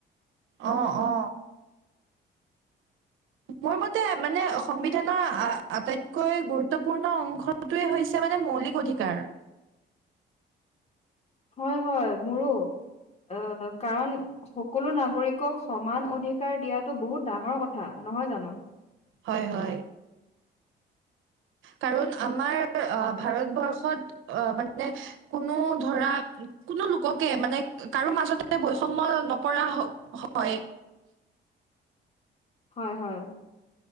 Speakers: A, on the right (about 80°); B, on the left (about 35°).
A: অ অ
B: <unintelligible>
A: মোৰ মতে মানে সংবিধানৰ আটাইতকৈ গুৰুত্বপূৰ্ণ অংশটোৱে হৈছে মানে ম মৌলিক অধিকাৰ
B: হয়, হয় মোৰো আহ, কাৰণ সকলো নাগৰিকক সমান অধিকাৰ দিয়াটো বহুত ডাঙৰ কথা নহয় জানো
A: হয় হয়
B: উ, <inaudible>
A: কাৰণ আমাৰ ভাৰতবৰ্ষত মানে কোনো ধৰা কো লোককে মানে কাৰো মাজতে বৈষময় নকৰা হয়
B: <unintelligible> হয়, হয়।